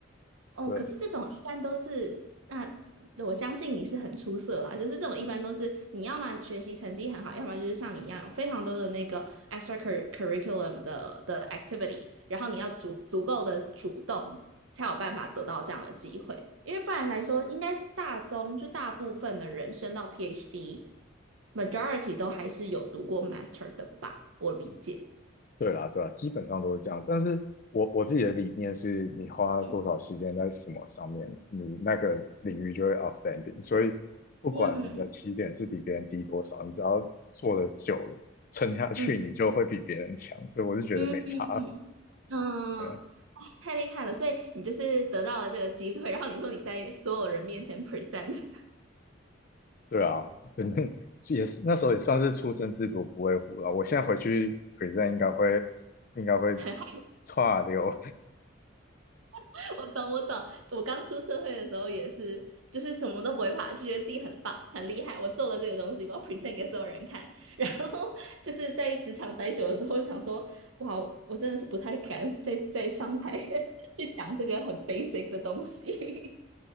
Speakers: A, on the right; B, on the left.
A: 哦，
B: 对，
A: 可是这种一般都是，那我相信你是很出色啦。就是这种一般都是，你要么学习成绩很好，要么就是像你一样有非常多的那个 extra cur- r i c u l u m 的的 activity，然后你要足足够的主动，才有办法得到这样的机会。因为不然来说，应该大中就大部分的人升到 PhD，majority 都还是有读过 master 的吧？我理解。
B: 对啦，对啦，基本上都是这样。但是我我自己的理念是，你花多少时间在什么上面，
A: 嗯
B: 你那个领域就会 outstanding。所以不管你的起点是比别人低多少，
A: 嗯嗯
B: 你只要做的久了，撑下去，
A: 嗯
B: 你就会比别人强。所以我是觉得没差。
A: 嗯嗯嗯，
B: 呃，
A: 嗯，太厉害了！所以你就是得到了这个机会，然后你说你在所有人面前 present，
B: 对啊，真的也是那时候也算是初生之犊不畏虎了。我现在回去 present 应该会应该会
A: 很害
B: 差流。
A: 怕，我懂我懂，我刚出社会的时候也是，就是什么都不会怕，就觉得自己很棒很厉害，我做了这个东西，我要 present 给所有人看。然后就是在职场待久了之后，想说哇，我真的是不太敢再再上台 <laughs> 去讲这个很 basic 的东西。